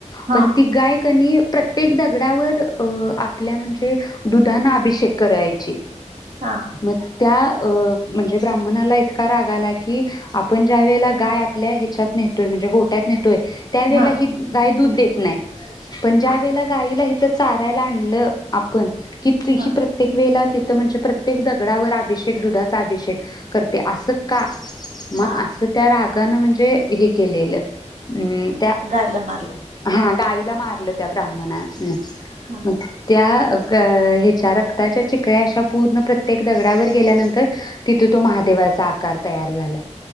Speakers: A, on the right; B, on the left.
A: हा
B: पण ती गायकनी प्रत्येक दगडावर अ आपल्या म्हणजे दुधाने अभिषेक करायची
A: हा
B: मग त्या अ म्हणजे ब्राह्मणाला इतका राग आला की आपण ज्या वेळेला गाय आपल्या ह्याच्यात नेतोय म्हणजे गोट्यात नेतो त्या वळेला
A: हा
B: ही गाय दूध देत नाही पण ज्या
A: हा
B: वेळेला गाईला तर चारायला आणलं आपण की तीही
A: हा
B: प्रत्येक वेला ति म्हणजे प्रत्येक दगडावर अभिषेक दुधाचा अभिषेक करते असं का?
A: हा
B: मग अस त्या राग दका म्हणजे हे केलेलं हम्म त्या
A: गायला मारले
B: हा गाय मारलं त्या ब्राम्हनाणे.
A: हा
B: मग त्या अ ह्याच्या रक्ताच्या चिकळ्या अशा पूर्ण प्रत्येक दगडावर गेल्यानंतर तिथे तो महादेवाचा आकार तयार झाला